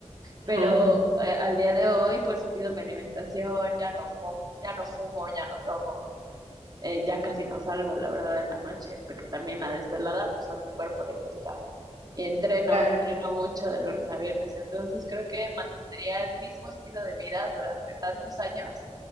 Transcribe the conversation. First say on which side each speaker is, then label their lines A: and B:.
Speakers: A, on the right (about 35°); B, on the right (about 70°).
A: Pero
B: Ajá,
A: eh, al día de hoy pues cuido mi alimentación, ya no fumo, ya no fumo, ya no tomo eh, ya casi no salgo, la verdad, en la noche, porque también la desvelada, pues a tu cuerpo le cuesta. Y entreno,
B: <laughs> claro,
A: entreno mucho de lunes a viernes, entonces creo que mantendría el mismo estilo de vida durante tantos años,